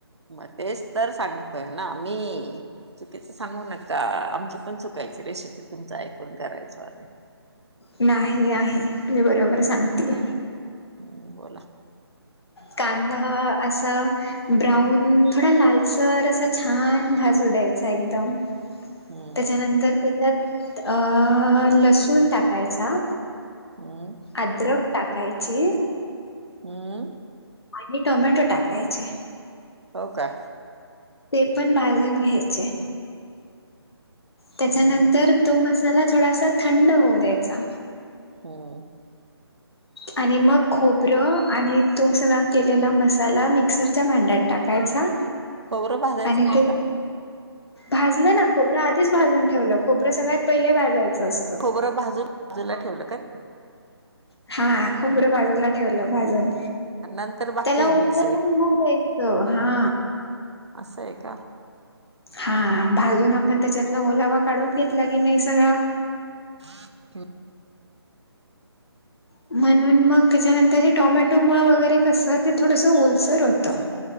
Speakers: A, on the right; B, on the left.
A: मग तेच तर सांगतोय ना मी, चुकीचं सांगु नका, आमची पण चुकायची रेसिपी तुमच ऐकून करायच आणि.
B: नाही आहे मी बरोबर सांगतेय.
A: हम्म बोला
B: कांदा असा ब्राऊन थोडा लालसर असा छान भाजू द्यायचा एकदम.
A: हम्म
B: त्याच्यानंतर त्याच्यात अ लसूण टाकायचा.
A: हम्म
B: अद्रक टाकायची
A: हम्म
B: आणि टोमॅटो टाकायचे.
A: हो का
B: ते पण भाजून घ्यायचे. त्याच्यानंतर
A: हम्म
B: तो मसाला थोडासा थंड होऊ द्यायचा.
A: हम्म
B: आणि मग खोबरं आणि तो सगळा केलेला मसाला मिक्सरच्या भांड्यात टाकायचा.
A: खोबरं भाजायचं
B: आणि
A: नाही
B: ते
A: का?
B: भाजलं ना खोबरं आधीच भाजून ठेवलं खोबरं सगळ्यात पहिले भाजायचं असतं.
A: खोबरं भाजून भाजूला ठेवलं का?
B: हा खोबरं बाजूला ठेवलं भाजून.
A: आणि नंतर बाकी
B: त्याला
A: हे
B: <unintelligible>
A: मिक्स
B: नाही
A: आहे
B: हो जायचं हा
A: असं आहे का
B: हा भाजून आपण त्याच्यातला ओलावा काढून घेतला की नाही सगळा.
A: ह <inaudible>
B: म्हणून मग त्याच्यानंतर हे टोमॅटो मग वगैरे कसं ते थोडंसं ओलसर होतं.